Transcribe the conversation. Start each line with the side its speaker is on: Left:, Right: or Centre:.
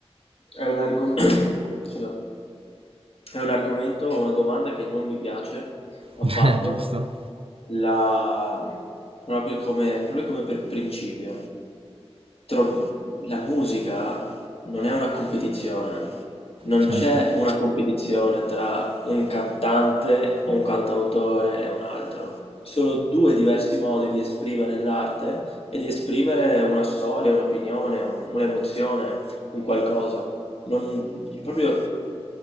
Left: è un argo- <coughs> <clears throat> scusa. È un argomento, una domanda che non mi piace affatto
Right: <laughs> Eh, giusto?
Left: La proprio come proprio come per principio tro- la musica non è una competizione. Non
Right: Certo.
Left: c'è una competizione tra un cantante o un cantautore e un altro. Sono due diversi modi di esprimere l'arte e di esprimere una storia, un'opinione, un- un'emozione, un qualcosa. Non, proprio